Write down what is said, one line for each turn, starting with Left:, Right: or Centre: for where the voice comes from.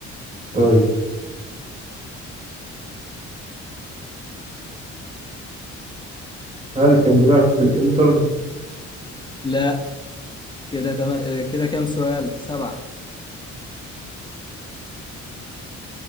Right: طيب هل كان بيلعب في الإنتر
Left: لا كده تمام آه، كده كام سؤال سبعة